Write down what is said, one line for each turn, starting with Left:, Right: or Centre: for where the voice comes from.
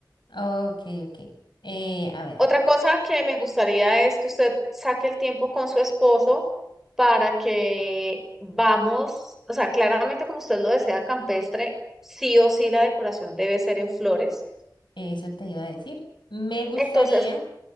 Left: Ok, ok. Eh, a ver.
Centre: Otra cosa que me gustaría es que usted saque el tiempo con su esposo para que vamos, o sea, claramente como usted lo desea campestre, sí o sí la decoración debe ser en flores.
Left: Eso te iba a decir. Me gustaría
Centre: Entonces,